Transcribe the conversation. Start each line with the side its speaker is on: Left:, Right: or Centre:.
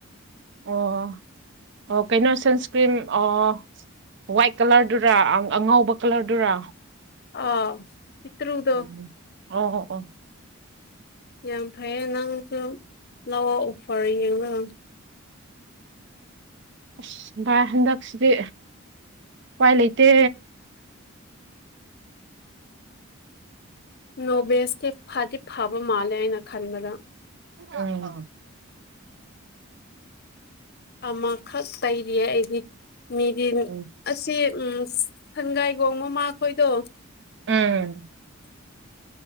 Right: ꯑꯣ ꯑꯣ ꯀꯩꯅꯣ ꯁꯟꯁꯀ꯭ꯔꯤꯟ ꯑꯣ ꯋꯥꯏꯠ ꯀꯂꯔꯗꯨꯔ ꯑꯉꯧꯕ ꯀꯂꯔꯗꯨꯔꯥ
Left: ꯑꯥ ꯄꯤꯇ꯭ꯔꯨꯗꯣ
Right: ꯑꯝ ꯑꯣ ꯑꯣ
Left: ꯌꯥꯝ ꯐꯩꯌꯦ ꯅꯪꯁꯨ ꯂꯥꯎꯑꯣ ꯑꯣꯐꯔ ꯌꯦꯡꯂꯒ
Right: ꯑꯁ ꯚꯥꯏ ꯍꯟꯗꯛꯁꯤꯗꯤ ꯎꯄꯥꯏ ꯂꯩꯇꯦ
Left: ꯅꯣꯕꯦꯁꯇꯤ ꯐꯗꯤ ꯐꯕ ꯃꯥꯜꯂꯦ ꯑꯩꯅ ꯈꯟꯕꯗ
Right: ꯑꯣ
Left: ꯑꯃꯈꯛ ꯂꯩꯔꯤꯌꯦ ꯑꯩꯗꯤ ꯃꯤꯗꯤ
Right: ꯎꯝ
Left: ꯑꯁꯤ ꯎꯝ ꯁꯪꯒꯥꯏꯒꯣꯡ ꯃꯃꯈꯣꯏꯗꯣ
Right: ꯎꯝ